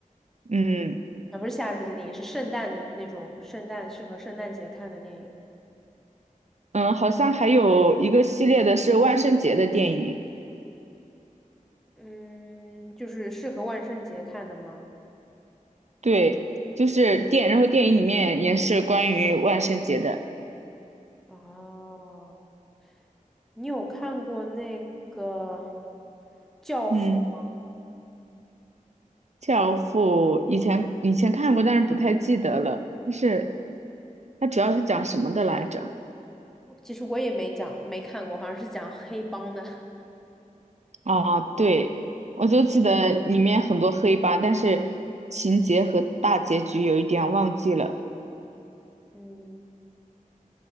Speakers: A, on the right (about 55°); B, in the centre.
A: 嗯
B: 啊，不是夏日的电影，是圣诞的那种，圣诞适合圣诞节看的电影。
A: 嗯，好像还有一个系列的是万圣节的电影。
B: 嗯，就是适合万圣节看的吗？
A: 对，就是电，然后电影里面也是关于万圣节的，
B: 哦，你有看过那个《教父》吗？
A: 嗯，《教父》以前以前看过，但是不太记得了。就是它主要是讲什么的来着？
B: 其实我也没讲，没看过，好像是讲黑帮的。
A: 啊，对，我就记得里面很多黑帮，但是情节和大结局有一点忘记了，
B: <laughs> 嗯，